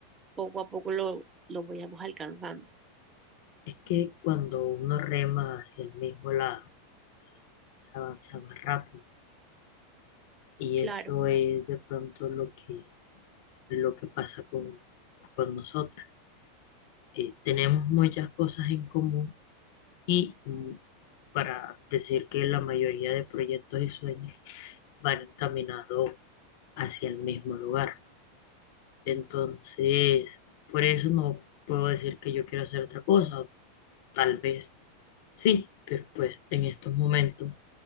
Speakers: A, on the right; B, on the left.
A: poco a poco lo, lo vayamos alcanzando.
B: Es que cuando uno rema hacia el mismo lado, se avanza más rápido. Y
A: Claro,
B: eso es de pronto lo que, lo que pasa con, con nosotros. Eh, tenemos muchas cosas en común y mm, para decir que la mayoría de proyectos y sueños van encaminados hacia el mismo lugar. Entonces, por eso no puedo decir que yo quiero hacer otra cosa. Tal vez Sí, pero pues en estos momentos